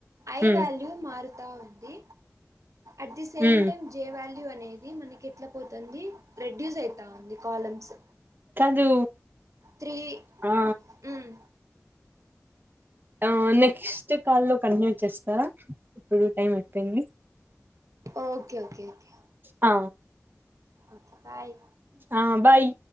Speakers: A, on the right; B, on the right.
A: ఐ
B: ఉమ్
A: వాల్యూ మారుతా ఉంది at the same
B: um
A: time J value అనేది మనకి ఎట్లా పోతుంది రెడ్యూస్ అయితా ఉంది కాలమ్స్
B: కాదూ
A: త్రీ
B: ఆ
A: హ్మ్
B: ఆ నెక్స్ట్ కాల్లో కంటిన్యూ చేస్తారా ఇప్పుడు టైం అయిపోయింది
A: ఓకే ఓకే ఓకే
B: ఆ
A: ఓకే బాయ్
B: హా బయ్